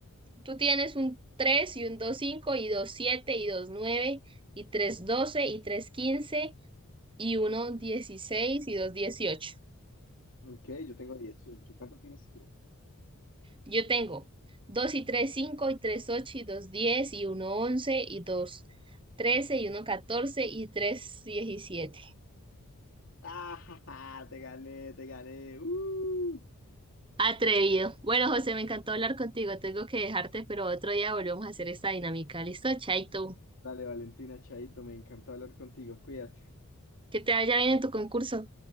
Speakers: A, on the right; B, on the left.
A: Tú tienes un 3 y un dos cinco y dos siete y dos nueve y tres doce y tres quince y uno dieciséis y dos dieciocho.
B: Ok, yo tengo dieciocho. ¿Cuánto tienes tú?
A: Yo tengo 2 y 3, 5 y 3 8 y 2 10 y uno 11 y 2 13 y uno 14 y 3 17.
B: ¡Ah! <laughs> ja, ja! Te gané, te gané. ¡Uh!
A: Atrevido. Bueno, José, me encantó hablar contigo. Tengo que dejarte, pero otro día volvemos a hacer esta dinámica. ¿Listo? Chaito.
B: Dale, Valentina, Chaito, me encantó hablar contigo. Cuídate.
A: Que te vaya bien en tu concurso.